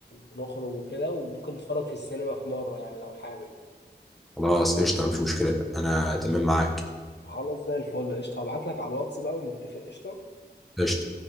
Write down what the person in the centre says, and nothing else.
خلاص قشطه مفيش مشكله انا تمام معاك
قشطه